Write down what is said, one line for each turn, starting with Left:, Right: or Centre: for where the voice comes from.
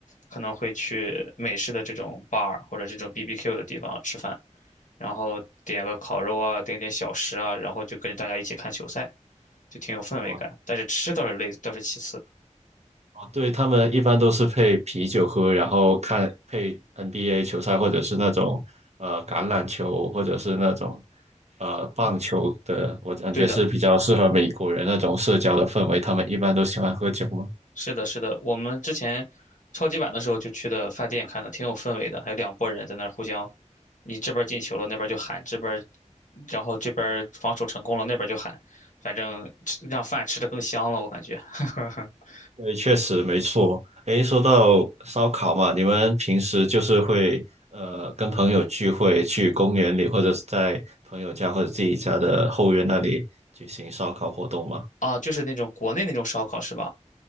Left: 可能会去美式的这种 bar 或者这种 BBQ 的地方吃饭，然后点个烤肉啊，点点小食啊，然后就跟着大家一起看球赛。就挺有氛围感。
Right: 哦，
Left: 但是吃倒是累，倒是其次。
Right: 哦，对，他们一般都是配啤酒喝，然后看配 NBA 球赛，或者是那种呃橄榄球，或者是那种呃棒球的。
Left: 嗯，
Right: 我感觉是比较适合美国人那种社交的氛围，
Left: 对的，
Right: 他们一般都喜欢喝酒嘛。
Left: 是的，是的。我们之前超级碗的时候就去的饭店看的，挺有氛围的，还有两拨人在那儿互相，你这边儿进球了，那边儿就喊，这边儿然后这边儿防守成功了，那边儿就喊，反正吃让饭吃的更香了，我感觉。<laughs>
Right: 对，确实没错。诶，说到烧烤嘛，你们平时就是会呃跟朋友聚会，去公园里，或者是在朋友家或者自己家的后院那里举行烧烤活动吗？
Left: 啊，就是那种国内那种烧烤是吧？